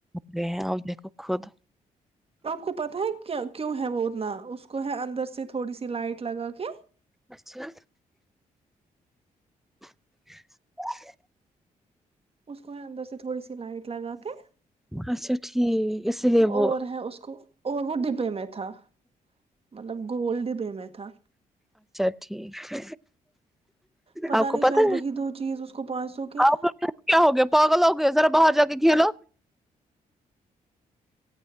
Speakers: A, in the centre; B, on the right.
A: گئے ہیں ا دیکھو خود
B: آپ کو پتا ہے کیوں ہے وہ اتنا اس کو ہے اندر سے تھوڑی سی لائٹ لگا کے
A: اچھا <unintelligible>
B: اس کو ہے اندر سے تھوڑی سی لائٹ لگا کے
A: اچھا ٹھیک اسی لیے
B: اور
A: وہ
B: ہے اس کو اور وہ ڈبے میں تھا مطلب گولڈ بے میں تھا
A: ٹھیک ٹھیک
B: پتا
A: آپ کو
B: نہیں شاید
A: ہے
B: وہی دو چیز اس کو پانچ سو کے ہیں
A: آپ لوگ کیا ہو گیا پاگل ہو گئے ذرا باہر جا کے کھیلو